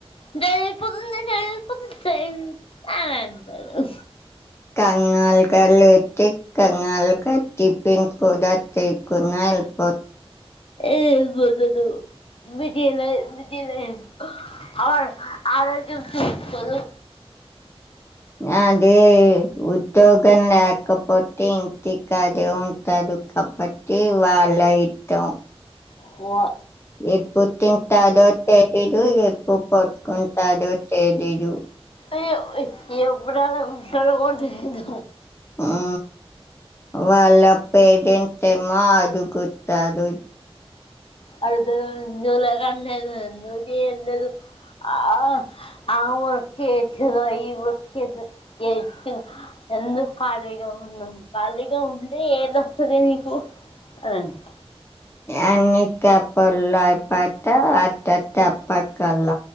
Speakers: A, on the left; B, on the left.
A: డాడీ పొదున లేసిస పొదున టైమ్ అని అంటడు
B: కంగాలు గ లేతే కంగాలుక టిఫిన్ కూద తేకున్నా వెల్లిపో
A: ఏవో దు దు బిజీ లె బిజి లైఫ్ అ ఆరోగ్యం చూసుకోదు
B: అదే ఉద్యోగం లేకపోతే టికా అదే ఉంటదు కాబట్టి వాళ్ళ తం
A: ఓ
B: ఇప్పుడు తింటా దోట్టె ఇడు ఎప్పు పట్టుకుంటాడో తేలీదు
A: య ఎప్పుడులాకుంటారు కూడా తెలియదు
B: ఆ వాళ్ళ పేడెంట్మ్మా అది గొత్తదు
A: అతేూల కలే అ లేదు <unintelligible> ఆ అ జై శివ ఈ వచ్చ ఎ ఎందు పాడ ఏ ఉన్నా ఖాళీగా ఉంటే ఏది వతదే నీకు అదండి
B: అన్ని తప్పడు లో పత ఆ పక్కల